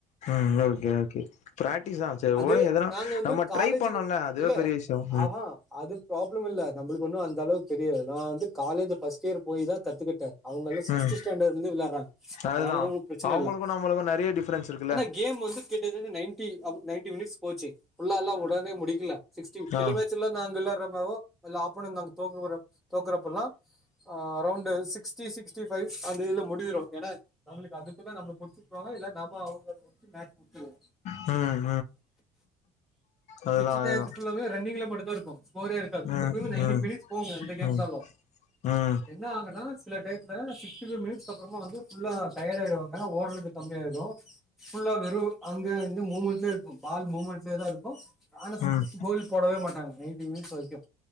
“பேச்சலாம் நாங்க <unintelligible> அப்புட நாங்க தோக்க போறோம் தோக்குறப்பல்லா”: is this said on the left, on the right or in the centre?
Centre